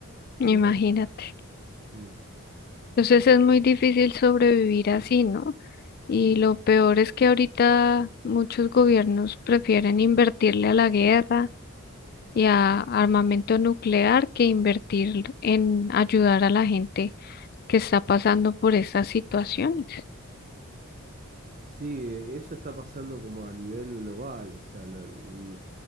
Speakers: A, on the right; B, on the left.
A: Eh,
B: Imagínate.
A: no, Mm.
B: Entonces es muy difícil sobrevivir así, ¿no? Y lo peor es que ahorita muchos gobiernos prefieren invertirle a la guerra y a armamento nuclear que invertir en ayudar a la gente que está pasando por estas situaciones.
A: Sí, eso está pasando como a nivel global, o sea, lo- l-